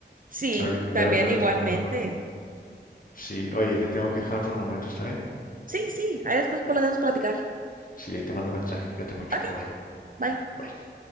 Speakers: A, on the right; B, on the left.
A: sí,
B: Ahora que- Espero
A: también
B: que con el
A: igualmente.
B: tiempo mejore. Sí, oye, te tengo que dejar por el momento, ¿está bien?
A: Sí, sí, ahí después podemos platicar.
B: Sí, ahí te mando un mensaje. Cuídate mucho.
A: Okay,
B: Bye bye.
A: bye.
B: Bye.